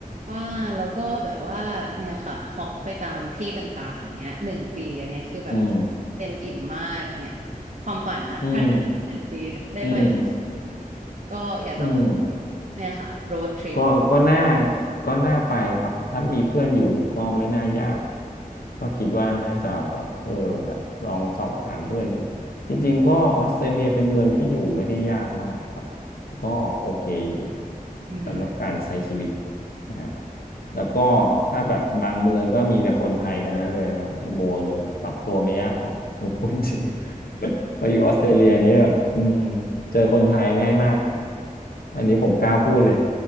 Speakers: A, on the right; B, on the left.
A: บ้านแล้วก็แบบว่าเนี่ยค่ะฮอปไปตามที่ต่างๆเงี้ยหนึ่งปีอันเนี้ยคือแบบ
B: อืม
A: เต็มอิ่มมากเนี่ยความฝันนะถ้าถ้าหนึ่งปีได้ไปจริงๆก็อยากจะไป
B: อืมอืม อืม
A: เนี่ยค่ะโรดทริป
B: ก็ก็น่าก็น่าไปครับถ้ามีเพื่อนอยู่ก็ไม่น่ายากก็คิดว่าน่าจะแบบเออแบบลองสอบถามเพื่อนดูจริงๆก็ออสเตรเลียเป็นเมืองที่อยู่ไม่ได้ยากมากครับก็โอเคอยู่
A: อือหือ
B: สำหรับการใช้ชีวิตนะฮะแล้วก็ถ้าแบบบางเมืองก็มีแต่คนไทยทั้งนั้นเลยฮะคุณโบจะปรับตัวไม่ยากหรอกผมพูดจริง <laughs> มาอยู่ออสเตรเลียนี้แบบอืมเจอคนไทยง่ายมากอันนี้ผมกล้าพูดเลย